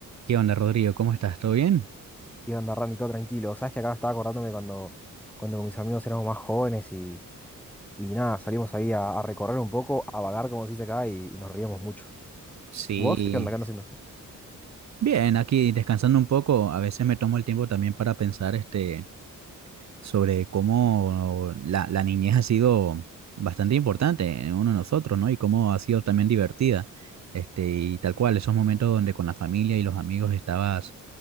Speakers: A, on the right (about 60°); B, in the centre.
A: ¿Qué onda, Rodrigo? ¿Cómo estás? ¿Todo bien?
B: ¿Qué onda, Randy? Todo tranquilo. Sabes que acá estaba acordándome cuando, cuando con mis amigos éramos más jóvenes y, y nada, salimos ahí a, a recorrer un poco, a vagar, como se dice acá, y, y nos reíamos mucho.
A: Sí,
B: ¿Vos qué onda? ¿Qué andas haciendo?
A: Bien, aquí descansando un poco. A veces me tomo el tiempo también para pensar este, sobre cómo la, la niñez ha sido bastante importante en uno de nosotros, ¿no? Y cómo ha sido también divertida. Este, y tal cual, esos momentos donde con la familia y los amigos estabas